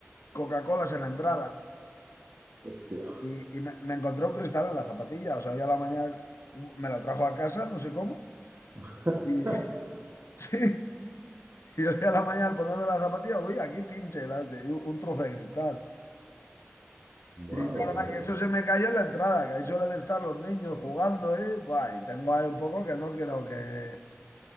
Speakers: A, on the left (about 75°); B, on the right (about 65°).
A: Coca-Colas en la entrada
B: Hostia,
A: y, y me, me encontré un cristal en la zapatilla. O sea, hoy a la mañana me lo trajo a casa, no sé cómo,
B: <laughs>
A: y <laughs> sí, y hoy a la mañana al ponerme la zapatilla, uy, aquí pinche las de- un trozo de cristal.
B: madre
A: Y nada,
B: mía.
A: y eso se me cayó en la entrada, que ahí suelen estar los niños jugando, ¿eh? Buah, y tengo ahí un poco que no quiero que,